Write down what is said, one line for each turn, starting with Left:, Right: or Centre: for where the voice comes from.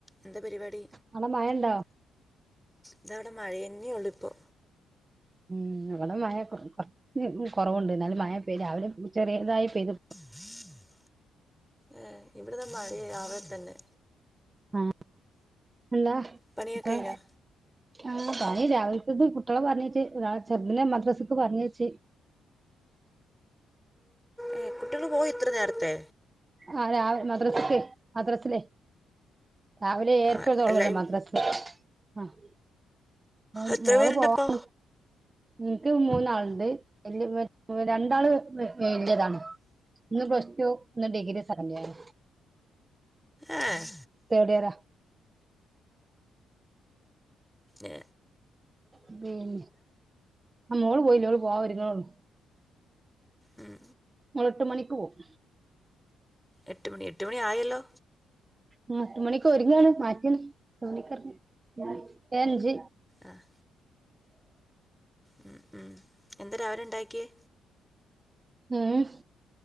Centre: എന്താ പരിപാടി
Right: അവിടെ മഴ ഉണ്ടോ
Centre: ഇതാ വടെ മഴ ന്നെ ഒള്ളു ഇപ്പൊ
Right: ഉം ഇവടെ മഴ കൊർ കൊർച്ച് കൊറവുണ്ട് ന്നാലും മഴ പെയ്തു രാവിലെ ചെറീതായി പെയ്തു
Centre: <unintelligible> ഏ ഇവട താ മഴയാ രാവിലെ തന്നെ
Right: ആ അല്ലാ
Centre: പണിയൊക്കെ കഴിഞ്ഞോ
Right: എ ആ പണി രാവിൽകത്ത കുട്ടിയളെ പർഞയ്ച്ച് രാ ചെർതിനെ മദ്രാസ്ക്ക് പർഞ്ഞയ്ച്ച്
Centre: ഏ കുട്ടിയള് പോയൊ ഇത്ര നേർത്തെ
Right: ആ രാവ് മദ്രസക്ക് മദ്രാസ് ലെ രാവിലെ ഏര്ക്ക്
Centre: ആഹ്
Right: തൊടങ്ങല്ലോ
Centre: എല്ലാരും
Right: മദ്രാസ് ആഹ് അപ്പം
Centre: എത്ര
Right: മോള്
Centre: പേരുണ്ടപ്പോ
Right: പോവാൻ എൻക്ക് മൂന്നാള്ണ്ട് <unintelligible> രണ്ടാള് വെ വെല്യതാണ് ന്ന് പ്ലസ് ടു ന്ന് ഡിഗ്രി സെക്കൻഡ് യേണ്
Centre: ഏഹ്
Right: തേഡിയറാ
Centre: ഏ
Right: ഉം ആ മോള് പോയില്ലോള് പോവാ ഒരുങ്ങണെ ഒള്ളു
Centre: ഉം
Right: ഓളെട്ട് മണിക്ക് പോവും
Centre: എട്ട് മണി എട്ട് മണി ആയല്ലോ
Right: ആ ഏട്ടുമണിക്ക് ഒരുങ്ങാണ് മാറ്റാണ് <unintelligible> ഏ അഞ്ച്
Centre: ആഹ് ഉം ഉം എന്താ രാവിലെണ്ടാക്കിയേ
Right: ഏഹ്